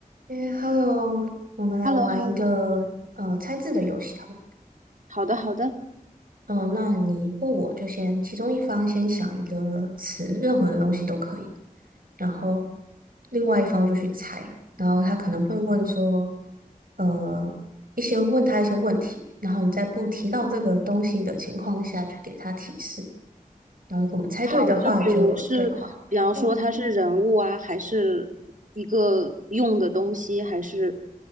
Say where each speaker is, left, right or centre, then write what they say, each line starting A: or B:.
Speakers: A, on the right; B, on the right.
A: 诶，Hello，我们来玩一个呃猜字的游戏，
B: h e l l o h e l l o 嗯，
A: 好不好？
B: 好的，好的，
A: 嗯、呃那你或我就先，其中一方先想一个词，任何的东西都可以，然后另外一方就去猜，然后他可能会问说，呃，一些问他一些问题，然后你在不提到这个东西的情况下去给他提示，然后如果我们猜对的话就兑换。
B: 好，就比如是，比方说它是人物啊，
A: 嗯，
B: 还是一个用的东西，还是